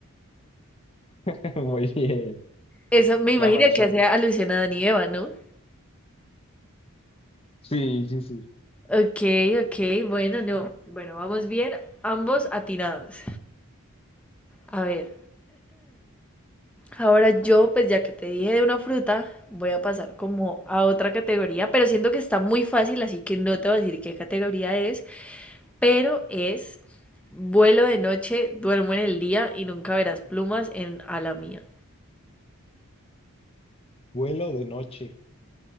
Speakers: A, on the left (about 25°); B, in the centre.
A: <laughs> Muy bien,
B: Eso me imagino
A: la manzana.
B: que hace alusión a Adán y Eva, ¿no?
A: Sí, sí, sí.
B: Ok, ok, bueno, no. Bueno, vamos bien, ambos atinados. A ver, ahora yo, pues ya que te dije de una fruta, voy a pasar como a otra categoría, pero siento que está muy fácil, así que no te voy a decir qué categoría es, pero es vuelo de noche, duermo en el día y nunca verás plumas en ala mía.
A: Vuelo de noche,